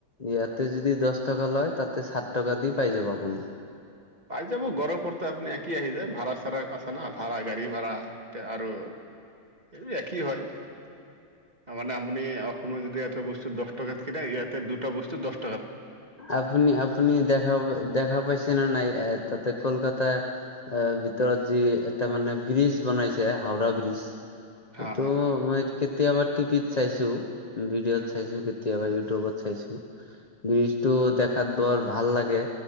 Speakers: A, on the left; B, on the right.
A: ইয়াতে যদি দছ টকা লয় তাতে চাত টকা দি পাই যাব আপুনি।
B: পাই যাব গৰৰ ওপৰতে আপুনি একি আহি যায় ভাড়া -চাড়া আছে না ভাড়া গাড়ী ভাড়া তে আৰু এই একেই হয়। মানে আপুনি অসমৰ যদি এটা বস্তু দছ টকাত কিনে ইয়াতে দুটা বস্তু দছ
A: আপুনি -আপুনি দেখা পাব দেখা পাইছে নে নাই তাতে কলকাতা এ ভিতৰত যি এটা মানে ব্ৰিজ বনাইছে হাওৰা ব্ৰীজ
B: হা
A: এইটো মই কেতিয়াবা টিভিত চাইছোঁ ভিডিঅ'ত
B: উম
A: চাইছো কেত কেতিয়াবা ইউটিউবত চাইছোঁ ব্ৰীজটো দেখাত বৰ ভাল লাগে।